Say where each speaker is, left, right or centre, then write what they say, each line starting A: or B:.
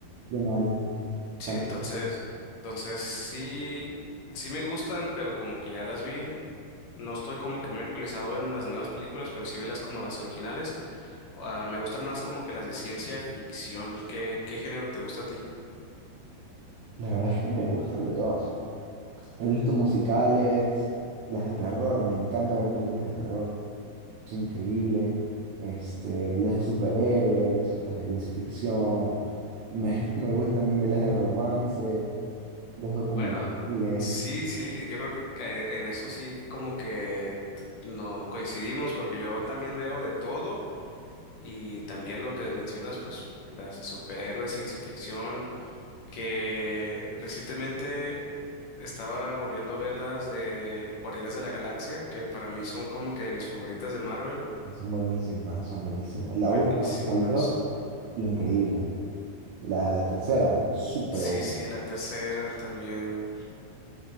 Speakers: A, on the right; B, on the left.
A: de Mario,
B: Sí,
A: también.
B: entonces, entonces sí, sí me gustan, pero como que ya las vi. No estoy como que muy actualizado en las nuevas películas, pero sí vi las como las originales. Ah, me gustan más como que las de ciencia ficción. ¿Qué, qué género te gusta a ti?
A: La verdad es que me gustan de todas. He visto musicales, las de terror, me encanta ver películas de terror. es increíble. Este, las de superhéroes, las de ciencia ficción. Me, <laughs> me gusta también ver las de romance, los documentales.
B: Bueno, sí, sí, yo creo que ca- en eso sí como que t- no coincidimos porque yo también veo de todo y también lo que mencionas, pues las de superhéroes, ciencia ficción, que recientemente estaba volviendo a ver las de Guardianes de la Galaxia, que para mí son como que de mis favoritas de Marvel.
A: Son buenísimas, son buenísimas. La
B: Buenísimas.
A: última que salió, increíble. La, la tercera, súper
B: Sí,
A: buena.
B: sí, la tercera también.